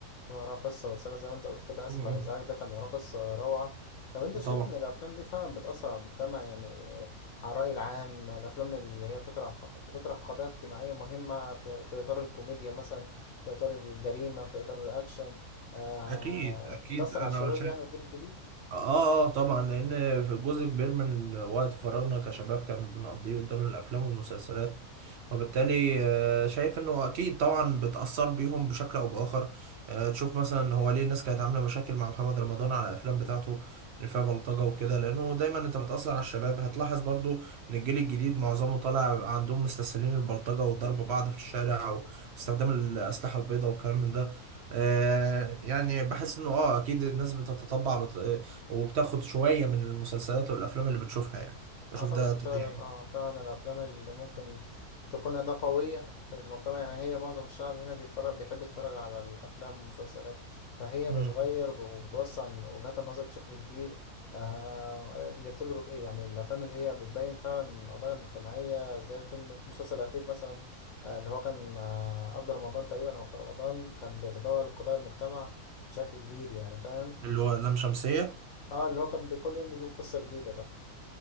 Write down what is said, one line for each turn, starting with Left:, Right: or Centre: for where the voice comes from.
Left: بيكون وراها قصه ورساله زي ما انت قلت كده اسف
Right: آه، آه.
Left: على الازعاج ده كان وراه قصه روعه طب انت شايف
Right: طبعا
Left: ان الافلام دي فعلا بتاثر على المجتمع يعني على الراي العام الافلام اللي هي بتطرح بتطرح قضايا اجتماعيه مهمه في في اطار الكوميديا مثلا في اطار الجريمه في اطار الاكشن آه
Right: اكيد اكيد
Left: بتاثر على
Right: انا
Left: الشباب
Right: شايف
Left: يعني والجيل الجديد
Right: اه اه طبعا لان في جزء كبير من وقت فراغنا كشباب كان بنقضيه قدام الافلام والمسلسلات وبالتالي آه، شايف انه اكيد طبعا بتاثر بيهم بشكل او باخر آه، تشوف مثلا هو ليه الناس كانت عامله مشاكل مع محمد رمضان على الافلام بتاعته اللي فيها بلطجه وكده لانه دايما انت بتاثر على الشباب هتلاحظ برضو ان الجيل الجديد معظمه طالع عندهم مستسهلين البلطجه وضرب بعض في الشارع واستخدام الاسلحه البيضاء والكلام من ده آه، يعني بحس انه اه اكيد الناس بتتطبع وبتاخد شوية من المسلسلات والأفلام اللي بتشوفها يعني بشوف
Left: اعتقد
Right: ده طبيعي
Left: فعلا اه فعلا الافلام اللي ممكن تكون اداة قوية في المجتمع يعني هي معظم الشعب هنا بيتفرج بيحب يتفرج على الافلام والمسلسلات فهي
Right: مم.
Left: بتغير وبتوسع وجهات النظر بشكل كبير آه اللي بتضرب ايه يعني الافلام اللي هي بتبين فعلا القضايا المجتمعية زي الفيلم المسلسل الاخير مثلا آه اللي هو كان آه قبل رمضان تقريبا او في رمضان كان بيتداول قضايا المجتمع بشكل كبير يعني فاهم
Right: اللي هو لام شمسية
Left: اه اللي هو كان بي- كل يوم بيجيب قصة جديدة ده